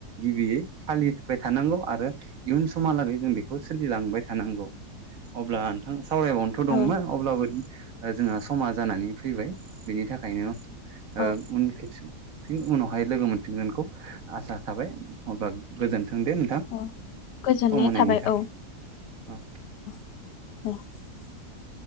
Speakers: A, on the right; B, on the left.
A: गिबियै फालिबाय थानांगौ आरो इयुन समहालागै जों बेखौ सोलिलांबाय थानांगौ अब्ला नोंथां सावरायबावनोथ' दंमोन
B: औ
A: अब्लाबो जोंहा समा जानानै फैबाय बेनि थाखायनो
B: औ
A: उन खेबसेयाव फिन उनावहाय लोगो मोनफिनगोनखौ आसा थाबाय अब्ला गोजोन थों दे नोंथां
B: औ गोजोननाय
A: सम होनायनि
B: थाबाय
A: थाखाय
B: औ
A: औ।
B: <inaudible>